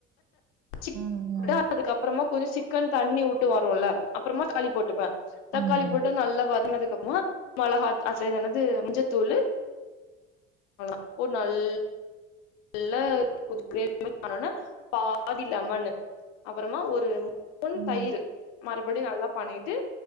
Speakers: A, on the left; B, on the right.
A: சிக் போட்டுட்டு
B: ம் ம்
A: அதுக்கப் மிகறமா கொஞ்சோ சிக்கன் தண்ணி வுட்டு வருல அப்றமா தாக்காளிப் போட்டுப்பே தக்காளி
B: ஆமா
A: போட்டு நல்லா வதனதுக்கப்றமா மொளகாத் அசெது என்னது மஞ்சத்தூளு அவ்ளோதா போட் நல் ல்லா கொஞ்சோ கிரேவி மாரி ஆனோன பாதி லெமனு அப்றமா ஒரு மூன் பூன்
B: ம்.
A: தயிரு மறுபடி நல்லா பண்ணிட்டு